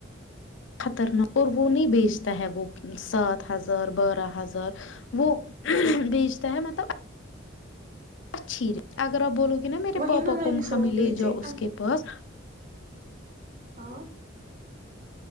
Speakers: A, on the left; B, on the right.
A: خطرناک اور وہ نہیں بیچتا ہے وہ سات ہزار بارہ ہزار وہ بیچتا ہے مطلب اچھی اگر آپ بولو گے نا میرے
B: وہی
A: پاپا
B: نا میں
A: کو
B: بھی سوچ
A: ہمیں لے
B: رہی تھی
A: جاؤ اس کے پاس
B: ہ